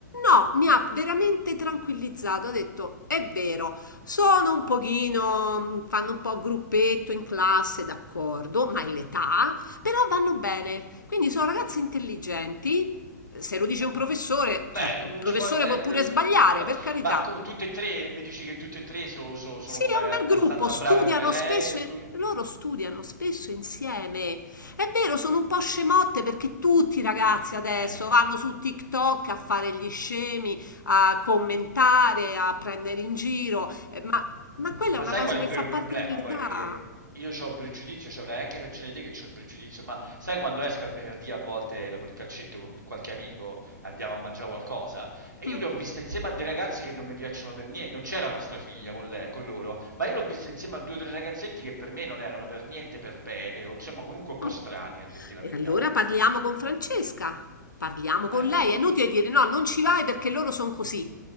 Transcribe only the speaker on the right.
Ma,
beh,
ci può... Bene,
pure su-
a scuola...
Ma come, tutte e tre, mi dici che tutte e tre so- so- sono
come,
abbastanza
brave come lei
e studiano?
Mm.
Eh...
Ma
sai
qual è
il vero
problema?
Poi, perché io ho un pregiudizio, cioè avrai anche ragione te che ho il pregiudizio, ma sai quando esco il venerdì a volte dopo il calcetto con quel- qualche amico andiamo a mangiare qualcosa? E io
le ho viste insieme a dei ragazzi che non mi piacciono per niente, non c'era nostra figlia con, le- con loro, ma io l'ho vista insieme a due o tre ragazzetti che per me non erano per niente per bene, o insomma comunque un po'
strani a dirti la
verità.
Ma
è
questo.